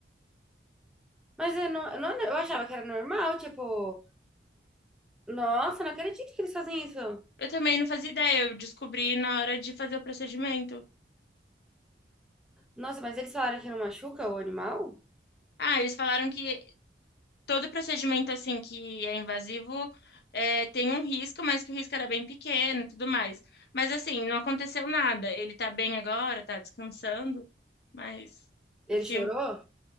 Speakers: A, in the centre; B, on the left.
A: Mas eu não, eu não, eu achava que era normal, tipo, nossa, não acredito que eles fazem isso.
B: Eu também não fazia ideia, eu descobri na hora de fazer o procedimento.
A: Nossa, mas eles falaram que não machuca o animal?
B: Ah, eles falaram que todo procedimento assim que é invasivo é, tem um risco, mas que o risco era bem pequeno e tudo mais. Mas assim, não aconteceu nada. Ele tá bem agora, tá descansando, mas
A: Ele
B: eu fiquei
A: chorou?